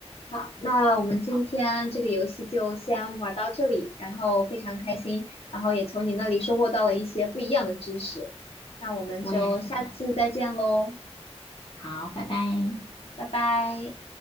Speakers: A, on the left; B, on the left.
A: 好，那我们今天这个游戏就先玩到这里，
B: 好，
A: 然后非常开心，然后也从你那里收获到了一些不一样的知识。那我们就下次再见喽，
B: 我也是的。好，拜拜。
A: 拜拜。